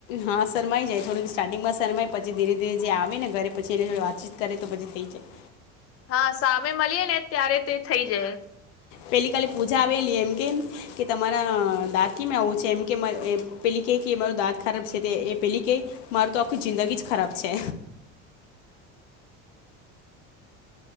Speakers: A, on the left; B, on the left.
A: હા શરમાઈ જાય થોડીક સ્ટાર્ટિંગમાં શમાય પછી ધીરે ધીરે જે આવે ને ઘરે પછી એને થ વાતચીત કરે તો પછી થઈ જાય
B: હા સામે મળીએે ને ત્યારે તે થઈ જાય
A: પેલી કાલે પૂજા આવેલી એમ કે કે તમારા દાંતકી મેં હોવું છે એમ કે પે કે દાંત ખરાબ છે એ પેલી કે મારું તો આખું જિંદગી જ ખરાબ છે
B: <unintelligible>